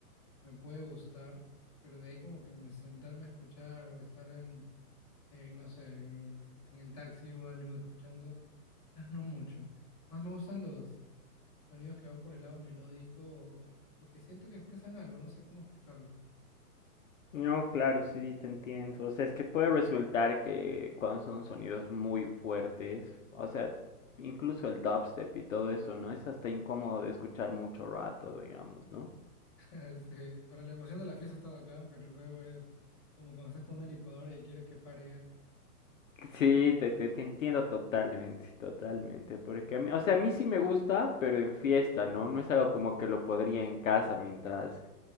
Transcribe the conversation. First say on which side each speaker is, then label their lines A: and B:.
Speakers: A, on the left (about 15°); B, on the left (about 55°).
A: me puede gustar, pero de ahí como que me sentarme a escuchar o estar en, eh, no sé, en el, en el taxi o algo escuchando, quizás no mucho. Más me gustan los sonidos que van por el lado melódico o, o que siento que expresan algo, no sé cómo explicarlo.
B: No, claro, sí, sí, te entiendo. O sea, es que puede resultar que cuando son sonidos muy fuertes, o sea, incluso el dubstep y todo eso, ¿no? Es hasta incómodo de escuchar mucho rato, digamos, ¿no?
A: <laughs> Sí, para la emoción de la fiesta está bacán, pero luego es como cuando estás con una licuadora y quieres que pare <laughs> ya.
B: Sí, te, te, te entiendo totalmente, totalmente. Porque, a mí- o sea, a mí sí me gusta, pero en fiesta, ¿no? No es algo como que lo podría en casa mientras